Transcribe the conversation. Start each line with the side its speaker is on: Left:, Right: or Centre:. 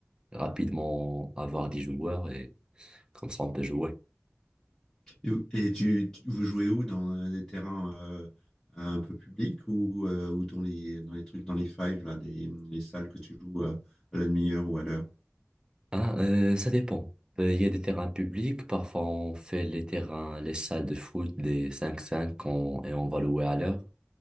Right: rapidement avoir des joueurs et comme ça, on peut jouer.
Left: Et, vous- et tu, tu- vous jouez où? Dans des terrains euh, un peu publics ou, euh, ou dans les, dans les trucs, dans les fives, là, les, les salles que tu joues euh, à la demi-heure ou à l'heure?
Right: Ah, euh, ça dépend. Euh, Il y a des terrains publics, parfois on fait les terrains, les salles de foot, des cinq cinq qu'on- et on va louer à l'heure.